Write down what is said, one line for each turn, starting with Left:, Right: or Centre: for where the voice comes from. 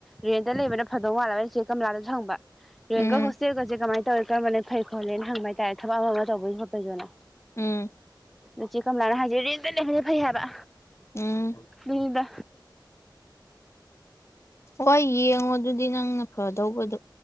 Centre: ꯔꯦꯟꯗ ꯂꯩꯕꯅ ꯐꯗꯧ ꯋꯥꯠꯂꯅ ꯆꯦꯛ ꯀꯝꯂꯥꯗ ꯁꯪꯕ ꯔꯌꯦꯒ
Left: ꯎꯝ
Centre: ꯍꯣꯁꯦꯜꯒꯁꯦ ꯀꯃꯥꯏ ꯇꯀꯔꯝꯕꯅ ꯐꯩ ꯈꯣꯠꯂꯦꯅ ꯍꯪꯕ ꯍꯥꯏꯇꯥꯔꯦ ꯊꯕꯛ ꯑꯃ ꯇꯧꯕꯒꯤꯩꯣꯠꯄꯗꯣꯅ
Left: ꯎꯝ
Centre: ꯎꯆꯤ ꯀꯝ ꯂꯥꯅ ꯍꯥꯏꯁꯦ ꯔꯦꯟꯇ ꯂꯩꯕꯗꯤ ꯐꯩ ꯍꯥꯏꯕ
Left: ꯎꯝ
Centre: ꯕꯤꯅꯤꯗ
Left: ꯍꯣꯏ ꯌꯦꯡꯉꯣ ꯑꯗꯨꯗꯤ ꯅꯪꯅ ꯐꯗꯧꯕꯗꯣ